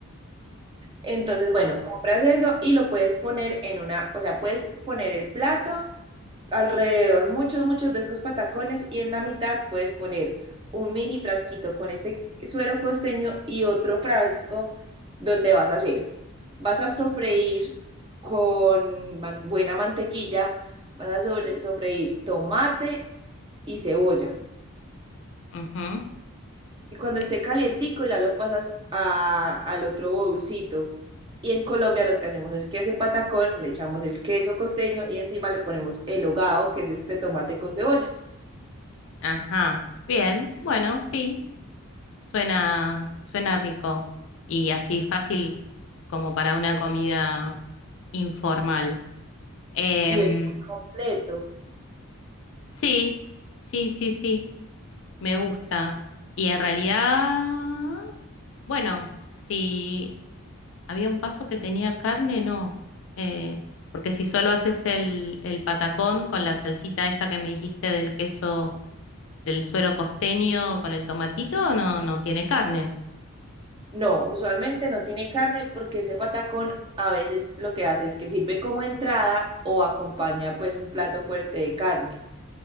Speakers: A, on the right; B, on the left.
A: Entonces, bueno, compras eso y lo puedes poner en una, o sea, puedes poner el plato alrededor, muchos, muchos de estos patacones y en la mitad puedes poner un mini frasquito con este suero costeño y otro frasco donde vas a hacer. Vas a sofreír con man- buena mantequilla, vas a sobre- sofreír tomate y cebolla.
B: Ujú.
A: Y cuando
B: Bien.
A: esté calientico ya lo pasas a- al otro bolsito. Y en Colombia lo que hacemos es que a ese patacón le echamos el queso costeño y encima le ponemos el hogao, que es este tomate con cebolla.
B: Ajá. Bien, bueno, sí. Suena, suena rico y así fácil como para una comida informal. Em,
A: Y es muy completo.
B: sí, sí, sí, sí, me gusta. Y en realidad, bueno, si había un paso que tenía carne, no. Eh, porque si solo haces el, el patacón con la salsita esta que me dijiste del queso, del suero costeño con el tomatito, no, no tiene carne.
A: No, usualmente no tiene carne porque ese patacón a veces lo que hace es que sirve como entrada o acompaña pues un plato fuerte de carne.